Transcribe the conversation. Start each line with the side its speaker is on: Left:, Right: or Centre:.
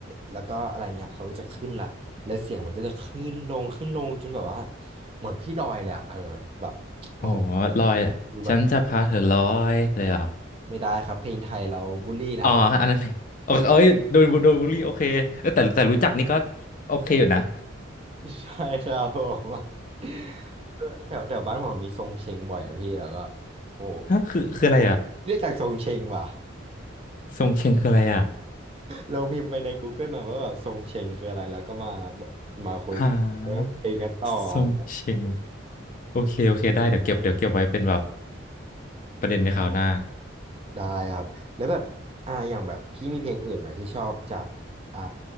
Right: แล้วก็อะไรเงี้ยเขาก็จะขึ้นละแล้วเสียงมันก็จะขึ้นลงขึ้นลงจนแบบว่าเหมือนพี่ลอยเลยอะเออแบบโอ้โห
Left: อ๋อลอย
Right: ดูแบบ
Left: ฉันจะพาเธอลอยเลยเหรอ
Right: ไม่ได้ครับเพลงไทยเราบูลลี่นะ
Left: อ๋ออันนั้นเป็นโออเอ้ยโดนโดนบูลลี่โอเคเออแต่แต่รู้จักนี่ก็โอเคอยู่นะ
Right: <laughs> ใช่ครับผม <laughs> แถวแถวบ้านผมมีทรงเชงบ่อยอะพี่แล้วก็โห
Left: ฮะคือคืออะไรอ่ะ
Right: เรียกจากทรงเชงว่ะ
Left: ทรงเชงคืออะไรอ่ะ
Right: ลรงพิมพ์ไปใน Google นะว่าแบบทรงเชงคืออะไรแล้วก็มาบอกมาคุยกันเรื่องเพลงกันต่ออะไรเงี้ย
Left: หาทรงเชงโอเคโอเคได้เดี๋ยวเก็บเดี๋ยวเก็บไว้เป็นแบบประเด็นในคราวหน้า
Right: ได้ครับแล้วแบบอ่าอย่างแบบพี่มีเพลงอื่นไหมที่ชอบจากอ่า